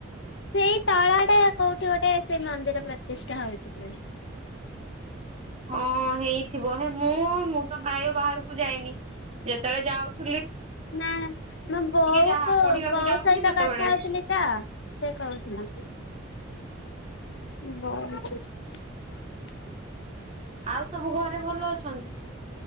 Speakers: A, on the left; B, on the right.
A: ସେଇ ତଳା ଟା କୋଉଠି ଗୋଟେ ସେଇ ମନ୍ଦିର ପ୍ରତିଷ୍ଠା ହେଇଛି ପଣି।
B: ହଁ ହେଇଥିବ ହେ ମୁଁ ମୁଁ ତ ପ୍ରାୟ ବାହାରକୁ ଯାଇନି ଯେତେବେଳେ ଯାଉଥ
A: ନା ମୋ ବୋଉ
B: ଯାହା
A: କ
B: ପଢିବାକୁ
A: ବୋଉ
B: ଯାଉଥିଲି
A: ସହିତ
B: ସେତେବେଳେ
A: କଥା ହଉଥିଲି ତ । ସେ କହୁଥିଲା।
B: <inaudible>
A: ହଁ <inaudible>
B: ଆଉ ସବୁ ଘରେ ଭଲ ଅଛନ୍ତି?